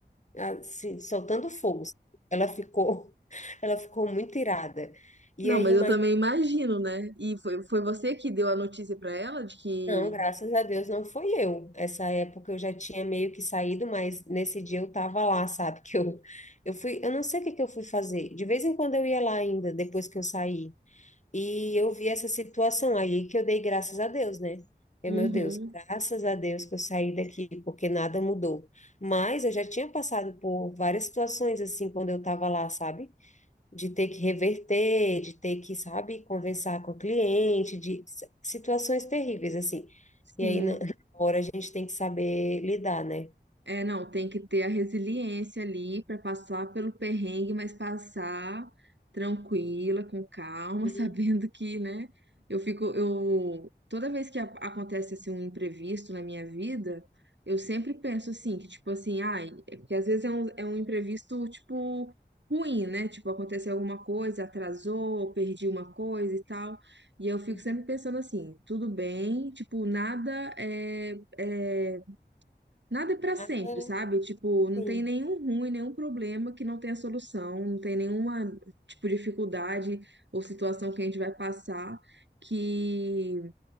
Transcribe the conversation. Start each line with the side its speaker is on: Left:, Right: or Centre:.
Left: assim, soltando fogo. Ela ficou, <laughs> ela ficou muito irada. E
Right: Não,
Left: aí,
Right: mas eu também imagino, né? E foi, foi você que deu a notícia pra ela de que.
Left: Não, graças a Deus não foi eu. Essa época eu já tinha meio que saído, mas nesse dia eu tava lá, sabe? <laughs> Que eu, eu fui, eu não sei o que que eu fui fazer. De vez em quando eu ia lá ainda, depois que eu saí. E eu vi essa situação aí que eu dei graças a Deus, né? Eu,
Right: Uhum,
Left: meu Deus, graças a Deus que eu saí daqui, porque nada mudou. Mas eu já tinha passado por várias situações assim quando eu tava lá, sabe? de ter que reverter, de ter que, sabe, conversar com o cliente, de s- situações terríveis, assim.
Right: sim.
Left: E aí, na <laughs> na hora, a gente tem que saber lidar, né?
Right: É, não, tem que ter a resiliência ali para passar pelo perrengue, mas passar tranquila, com calma,
Left: Uhum.
Right: <laughs> sabendo que, né? Eu fico, eu toda vez que a- acontece assim um imprevisto na minha vida, eu sempre penso assim, que tipo assim, ai, é porque às vezes é um, é um imprevisto tipo ruim, né? Tipo, aconteceu alguma coisa, atrasou, perdi uma coisa e tal. E eu fico
Left: uhum.
Right: sempre pensando assim, tudo bem, tipo, nada é é Nada é pra
Left: Nada,
Right: sempre, sabe? Tipo, não
Left: sim.
Right: tem nenhum ruim, nenhum problema que não tenha solução, não tem nenhuma, tipo, dificuldade ou situação que a gente vai passar que